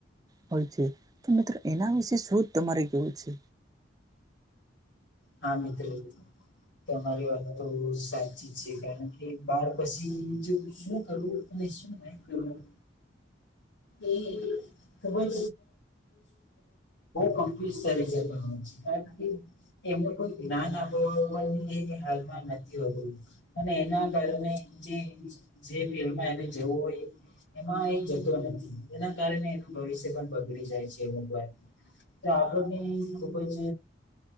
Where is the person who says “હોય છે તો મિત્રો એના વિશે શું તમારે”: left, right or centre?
Right